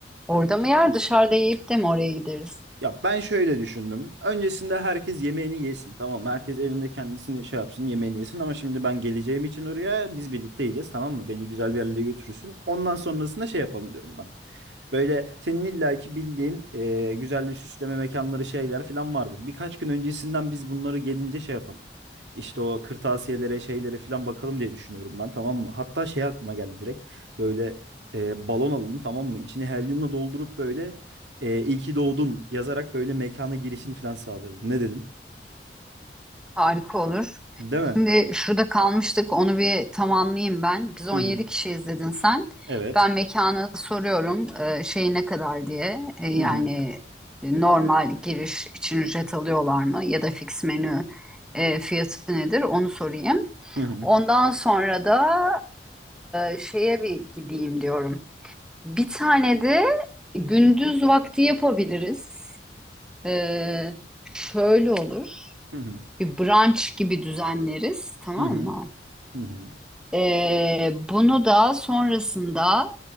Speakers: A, in the centre; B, on the right.
A: orada mı yer dışarıda yiyip de mi oraya gideriz?
B: ya ben şöyle düşündüm. Öncesinde herkes yemeğini yesin. Tamam mı? Herkes evinde kendisini şey yapsın, yemeğini yesin ama şimdi ben geleceğim için oraya biz birlikte yiyeceğiz tamam mı? Beni güzel bir yerlere götürürsün. Ondan sonrasında şey yapalım diyorum ben. Böyle senin illaki bildiğin e, güzel bir süsleme mekanları şeyler falan vardır. Birkaç gün öncesinden biz bunları gelince şey yapalım. İşte o kırtasiyelere şeylere falan bakalım diye düşünüyorum ben tamam mı? Hatta şey aklıma geldi direkt böyle e, balon alalım tamam mı? İçini helyumla doldurup böyle e, iyi ki doğdun yazarak böyle mekana girişini falan sağlayalım. Ne dedin?
A: Harika olur.
B: Değil mi?
A: Şimdi şurada kalmıştık onu bir tamamlayayım ben. Biz on
B: Hı hı.
A: yedi kişi izledin sen.
B: Evet.
A: Ben mekana soruyorum e, şey ne kadar diye. E, yani
B: Hı hı.
A: e, normal giriş için ücret alıyorlar mı ya da fix menü e, fiyatı nedir onu sorayım.
B: Hı hı.
A: Ondan sonra da e, şeye bir gideyim diyorum. Bir tane de gündüz vakti yapabiliriz. E, şöyle olur.
B: Hı hı.
A: Bir brunch gibi düzenleriz tamam
B: Hı hı.
A: mı?
B: Hı hı.
A: Ee, bunu da sonrasında